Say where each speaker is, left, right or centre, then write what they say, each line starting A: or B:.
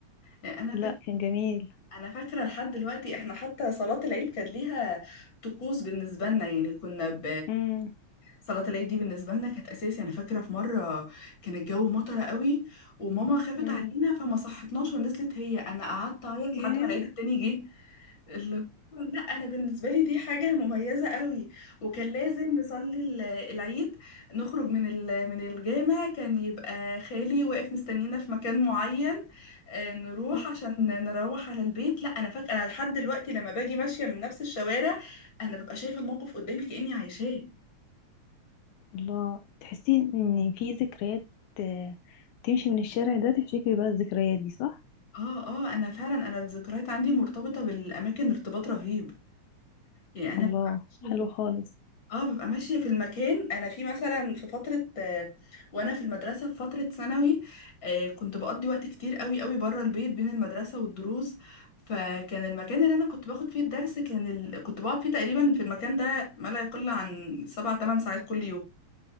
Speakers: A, on the left; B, on the left.
A: يعني انا
B: لا
A: فاكرة
B: كان جميل
A: انا فاكرة لحد دلوقتي احنا حتى صلاة العيد كانت ليها طقوس بالنسبة لنا يعني كنا
B: امم
A: صلاة العيد دي بالنسبة لنا كانت أساسي أنا فاكرة في مرة كان الجو مطرة قوي وماما خافت
B: امم
A: علينا فما صحتناش ونزلت هي أنا قعدت أعيط
B: ياه
A: لحد ما العيد التاني جه اللي هو لا انا بالنسبه لي دي حاجه مميزه قوي وكان لازم نصلي ال- العيد نخرج من ال- من الجامع كان يبقى خالي واقف مستنينا في مكان معين آه، نروح
B: <laughs>
A: عشان نروح على البيت لا انا فاكره انا لحد دلوقتي لما باجي ماشيه من نفس الشوارع انا ببقى شايفه الموقف قدامي كاني عايشاه
B: الله تحسي ان في ذكريات آه، تمشي من الشارع ده تفتكري بقى الذكريات دي صح
A: اه اه انا فعلا انا الذكريات عندي مرتبطه بالاماكن ارتباط رهيب يعني انا
B: الله
A: ببقى ماشيه
B: حلو
A: في
B: خالص
A: اه ببقى ماشيه في المكان انا في مثلا في فتره آه، وانا في المدرسه في فتره ثانوي آه، كنت بقضي وقت كتير قوي قوي بره البيت بين المدرسه والدروس فكان المكان اللي انا كنت باخد فيه الدرس كان ال... كنت بقعد فيه تقريبا في المكان ده ما لا يقل عن سبع تمن ساعات كل